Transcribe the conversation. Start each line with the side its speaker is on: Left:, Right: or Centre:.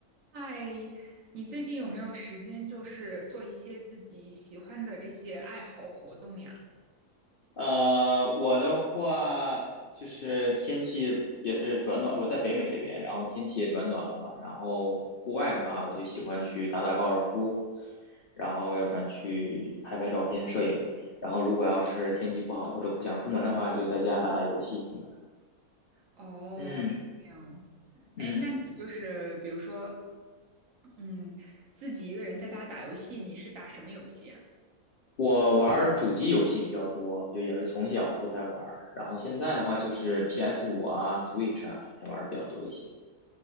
Right: 嗨，你最近有没有时间，就是做一些自己喜欢的这些爱好活动呀？
Left: 呃，我的话就是天气也是转暖，我在北美这边，然后天气也转暖了嘛。然后户外的话，我就喜欢去打打高尔夫，然后要不然去拍拍照片、摄影。然后如果要是天气不好或者不想出门的话，就在家打打游戏什么的。
Right: 哦，
Left: 嗯
Right: 是这样。
Left: 嗯，
Right: 哎，那你就是比如说，嗯，自己一个人在家打游戏，你是打什么游戏啊？
Left: 我玩儿主机游戏比较多，就也是从小都在玩儿。然后现在的话就是 p s 五啊、Switch 啊这些玩儿比较多一些。